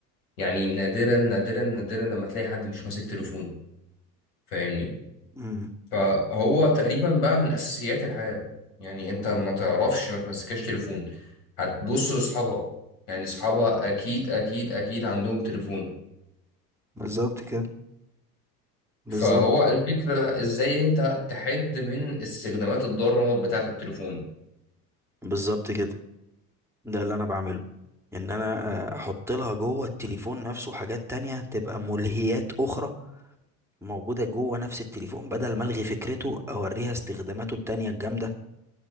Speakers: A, on the left; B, in the centre.
A: يعني نادرا نادرا نادرا لما تلاقي حد مش ماسك تليفون فاهمني
B: امم
A: فهو تقريبا بقى من اساسيات الحياه يعني انت ما تعرفش ما تمسكش تليفون هتبص لاصحابها يعني اصحابها اكيد اكيد اكيد عندهم تليفون
B: بالظبط كده بالظبط
A: فهو الفكره ازاي انت تحد من استخدامات الضاره بتاعه التليفون
B: بالظبط كده ده اللي انا بعمله ان انا آه، احط لها جوه التليفون نفسه حاجات تانية تبقى ملهيات اخرى موجودة جوه نفس التليفون بدل ما الغي فكرته اوريها استخداماته التانية الجامدة